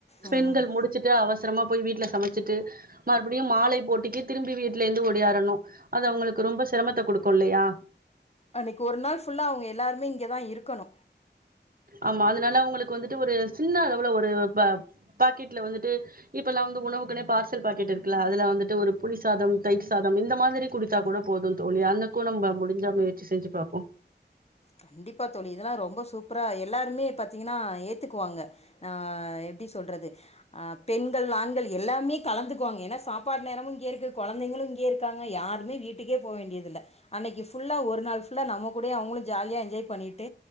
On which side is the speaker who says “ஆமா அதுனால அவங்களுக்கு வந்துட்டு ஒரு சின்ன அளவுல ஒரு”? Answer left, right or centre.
Right